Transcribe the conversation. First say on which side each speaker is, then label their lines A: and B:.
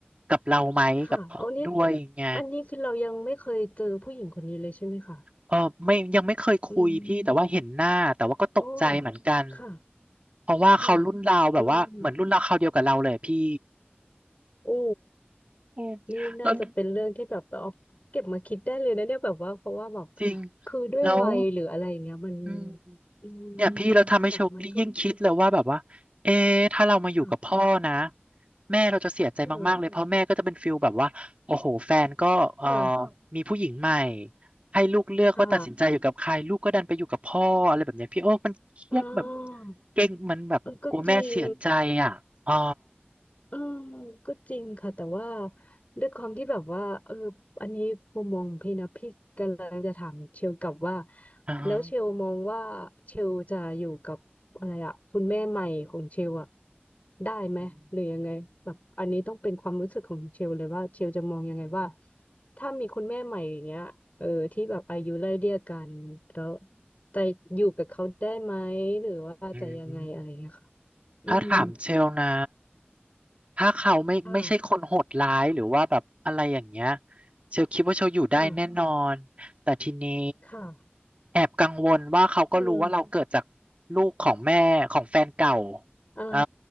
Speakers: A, on the right (about 35°); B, on the left (about 40°).
A: กับเราไหมกับด้วยไง
B: ค่ะเอานี่อันนี้คือเรายังไม่เคยเจอผู้หญิงคนนี้เลยใช่ไหมคะ
A: เออไม่ยังไม่เคยคุยพี่แต่ว่าเห็นหน้าแต่ว่าก็ตกใจเหมือนกัน
B: อืมโอ้ค่ะ
A: เพราะว่าเขารุ่นราวแบบว่าเหมือนรุ่นราวคราวเดียวกับเราเลยอะพี่
B: ค่ะอืมโอ้
A: อืม
B: นี่น่าจะเป็นเรื่องที่แบบเอาเก็บมาคิดได้เลยนะเนี่ยแบบว่าเพราะว่าแบบ
A: แล้วจริง
B: คือด้วยวัยหรืออะไรอย่างเงี้ยมัน
A: แล้ว อืม
B: อืม
A: เนี่ยพี่เราทำให้โชคยิ่งคิดเลยว่าแบบว่าเอ๊ะถ้าเรามาอยู่กับพ่อนะ
B: ค่ะมันก็ค่ะ
A: แม่เราจะเสียใจมากๆเลยเพราะแม่ก็จะเป็นฟิลแบบว่าโอ้โหแฟนก็เอ่อ
B: ค่ะค่ะ
A: มีผู้หญิงใหม่ให้ลูกเลือกว่าตัดสินใจอยู่กับใครลูกก็ดันไปอยู่กับพ่ออะไรแบบเนี้ยพี่โอ้มันเครียดแบบ
B: ค่ะอ่า
A: เก่งมันแบบกลัวแม่เสียใจอ่ะอ๋อ
B: เออก็จริง อืมก็จริงค่ะแต่ว่าด้วยความที่แบบว่าเอออันนี้มุมมองพี่นะพี่กำลังจะถามเชลกลับว่า
A: อ่าฮะ
B: แล้วเชลมองว่าเชลจะอยู่กับอะไรอะคุณแม่ใหม่ของเชลอะได้ไหมหรือยังไงแบบอันนี้ต้องเป็นความรู้สึกของเชลเลยว่าเชลจะมองยังไงว่า
A: อืม
B: ถ้ามีคุณแม่ใหม่อย่างเงี้ยเออที่แบบอายุไล่เลี่ยกันแล้วจะอยู่กับเขาได้ไหมหรือว่าจะยังไงอะไรเงี้ยค่ะ
A: อืมอืม
B: อืม
A: ถ้าถามเชลนะ ถ้าเขาไม่ไม่ใช่คนโหดร้ายหรือว่าแบบอะไรอย่างเงี้ย
B: ค่ะ
A: เชลคิดว่าเชลอยู่ได้แน่นอนแต่ทีนี้
B: ค่ะ ค่ะ
A: แอบกังวลว่าเขาก็รู้ว่าเราเกิดจาก
B: อืม
A: ลูกของแม่ของแฟนเก่า
B: อ่า
A: อ่า